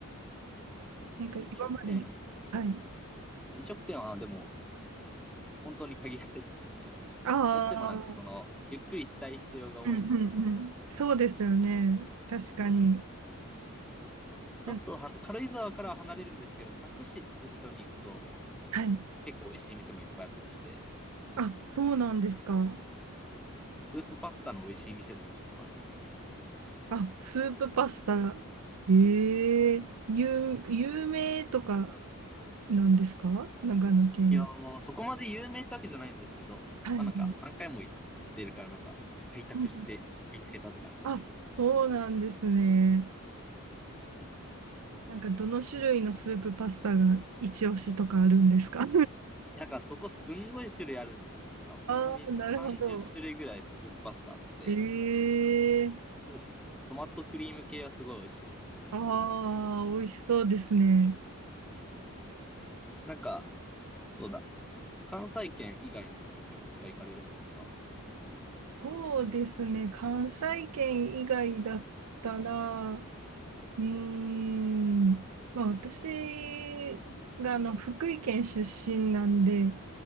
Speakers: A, on the right (about 80°); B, in the centre.
A: なんか今まで、
B: 飲食店、
A: はい。
B: 飲食店はでも本当に限られてますね。
A: ああ、
B: どうしてもなんかその、ゆっくりしたい人用が多いんで、
A: うんうんうん。そうですよね。確かに。
B: ちょっとは軽井沢からは離れるんですけど、
A: なんか、
B: 佐久市っていうところに行くと、
A: はい。
B: 結構美味しい店もいっぱいあったりして、
A: あ、そうなんですか。
B: スープパスタの美味しい店とか知ってますよ。
A: あ、スープパスタ。ええ有、有名とかなんですか長野県で。
B: いやー、そこまで有名ってわけじゃないんですけど、
A: はい。
B: まあなんか、何回も行ってるからなんか、開拓して見つけたって感じです。
A: うん、あ、そうなんですね。なんかどの種類のスープパスタが一押しとかあるんですか
B: なんかそこすんごい種類あるんですよ。なんか本当に30種類ぐらいスープパスタあって、
A: <laughs> ああ、なるほど。ええ
B: 多分トマトクリーム系はすごい美味しいですね、毎回。
A: ああ、美味しそうですね。
B: なんか、そうだ。関西圏以外に旅行とか行かれるんですか
A: そうですね。関西圏以外だったら、うーん、まあ私があの福井県出身なんで、